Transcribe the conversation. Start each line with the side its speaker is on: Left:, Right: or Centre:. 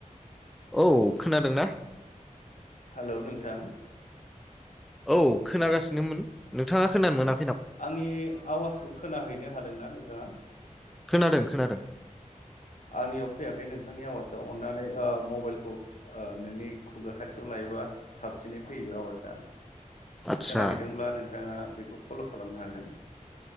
Centre: औ खोनादोंना?
Left: हेलौ नोंथां
Centre: औ खोनागासिनोमोन नोंथाङा खोनानो मोना
Left: आंनि आवाजखौ खोनाहैनो हादोंना नोंथाङा?
Centre: खोनादों खोनादों
Left: आंनियाव फैयाखै नोंथांनि आवाजाव अननानै ओ मबाइलखौ ओ नोंनि खुगा खाथियाव लायोबा साबसिनै फैयो आवाजा
Centre: आदसा
Left: खोनाहैदोंब्ला नोंथाङा बेखौ फल खालामनो हागोन